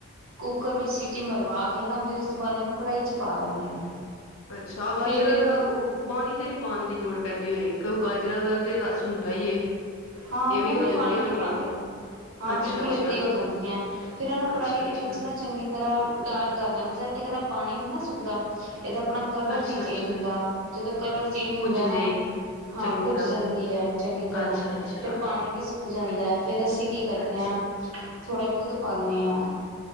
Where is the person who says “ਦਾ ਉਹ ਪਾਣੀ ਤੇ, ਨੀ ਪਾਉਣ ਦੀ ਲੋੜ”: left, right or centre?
Left